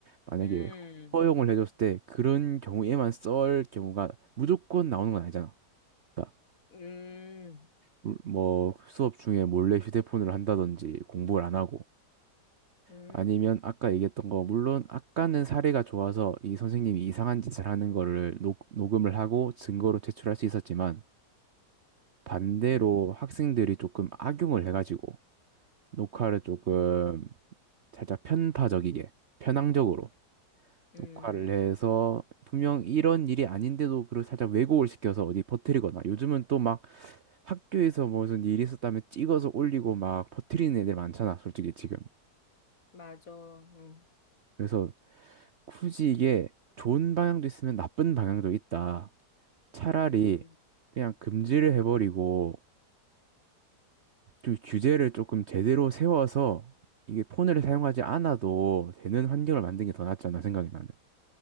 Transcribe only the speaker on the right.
만약에
허용을 해줬을 때 그런 경우에만 쓸 경우가 무조건 나오는 건 아니잖아. 그러니까
물- 뭐 수업 중에 몰래 휴대폰을 한다든지 공부를 안 하고,
아니면 아까 얘기했던 거, 물론 아까는 사례가 좋아서 이 선생님이 이상한 짓을 하는 거를 녹, 녹음을 하고 증거로 제출할 수 있었지만, 반대로
학생들이 조금 악용을 해가지고 녹화를 조금
살짝 편파적이게 편향적으로
녹화를 해서 분명 이런 일이 아닌데도 그걸 살짝 왜곡을 시켜서 어디 퍼뜨리거나 요즘은 또 막 학교에서 무슨 일이 있었다면 찍어서 올리고 막 퍼뜨리는 애들 많잖아 솔직히 지금
그래서 굳이 이게 좋은 방향도 있으면 나쁜 방향도 있다 차라리
그냥 금지를 해버리고 좀 규제를 조금 제대로 세워서 이게 폰을 사용하지 않아도 되는 환경을 만든 게 더 낫지 않나 생각이 나는.